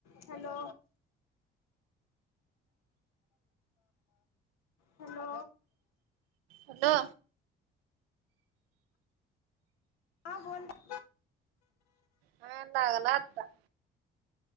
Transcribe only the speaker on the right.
हॅलो.
हां लागला आता.